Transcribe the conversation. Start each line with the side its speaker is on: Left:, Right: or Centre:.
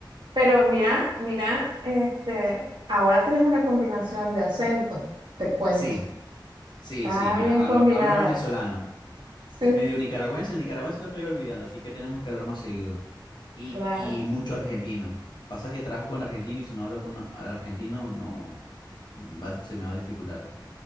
Right: Pero mira, mira, este, ahora tenés una combinación de acentos, te cuento.
Left: Sí, sí,
Right: Está
Left: sí, mira,
Right: bien
Left: hablo,
Right: combinado.
Left: hablo venezolano.
Right: Sí,
Left: medio nicaragüense, el nicaragüense lo estoy olvidando, así que tenemos que hablar más seguido. Y,
Right: claro,
Left: y mucho argentino. Pasa que trabajo con argentino y si no hablo con a- al argentino, no va- se me va a dificultar.